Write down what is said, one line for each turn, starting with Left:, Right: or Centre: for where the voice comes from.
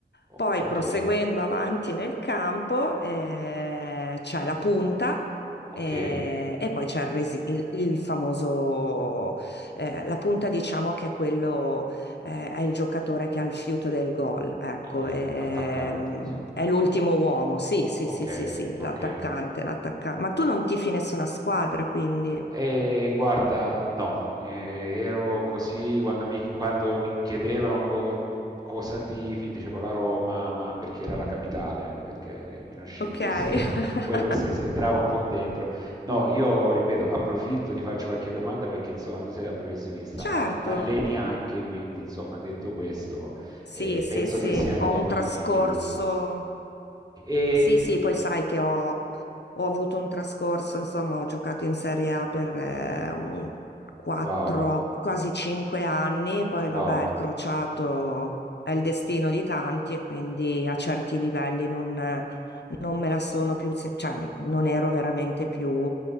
Right: o-
Left: poi
Right: ok,
Left: proseguendo avanti nel campo eh, c'è la punta.
Right: ok,
Left: eh, E, poi c'è il, resi- il- il famoso, eh, la punta diciamo che è quello eh, è il giocatore che ha il fiuto del gol, ecco,
Right: ok,
Left: ehm,
Right: l'attaccante, insomma.
Left: è, l'ultimo uomo, sì,
Right: O-
Left: sì, sì,
Right: ok,
Left: sì, sì,
Right: ok.
Left: l'attaccante, l'attaccante. Ma tu non tifi nessuna squadra, quindi.
Right: E guarda, no, Eh, ero così quando mi, quando mi chiedevano co- cosa tifi, dicevo la Roma, ma perché era la capitale, perché me ne uscivo
Left: Ok,
Right: così. <laughs>
Left: <laughs>
Right: Poi que- se si entrava un po' dentro. No, io ripeto, approfitto, ti faccio qualche domanda perché insomma tu sei la professionista,
Left: certo,
Right: all- alleni anche, quindi insomma detto questo,
Left: sì,
Right: eh,
Left: sì,
Right: penso
Left: sì,
Right: che sia nelle
Left: ho un
Right: mani
Left: trascorso
Right: giuste. E
Left: Sì,
Right: ti-
Left: sì, poi sai che ho, ho avuto un trascorso, insomma, ho giocato in Serie A per eh, un 4,
Right: Wow,
Left: quasi 5 anni, poi
Right: wow.
Left: vabbè, il crociato è il destino di tanti e quindi a certi livelli non, non me la sono più, se- cioè non ero veramente più